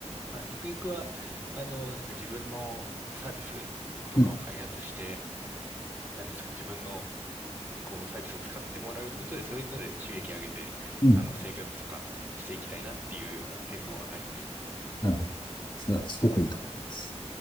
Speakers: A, on the right; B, on the left.
A: まあ、ゆくゆくは、あの、なんか自分のサービスとかを開発して、
B: うん、
A: なんですか、自分の、こう、サービスを使ってもらうことで、そういうので収益上げて、
B: うん。
A: あの、生活とかしていきたいなっていうような展望はありますね。
B: なるほど。すなすごくいいと思います。